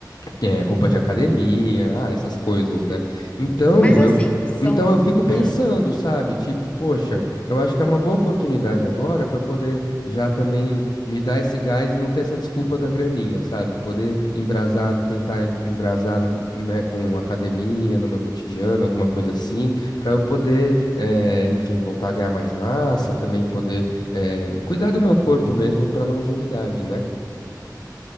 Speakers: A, on the left; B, on the left.
A: é, roupa de academia, ah, essas coisas, né? Então
B: Mas assim,
A: eu, f-
B: são.
A: então eu fico pensando,
B: Hum,
A: sabe? Tipo, poxa, eu acho que é uma boa oportunidade agora para eu poder já também me dar esse gás e não ter essa desculpa da graninha, sabe? Poder embrasar, tentar em- embrasar né, com academia no meu cotidiano, alguma coisa assim, para eu poder, eh, enfim, voltar a ganhar mais massa, também poder, eh, cuidar do meu corpo mesmo para longevidade, né?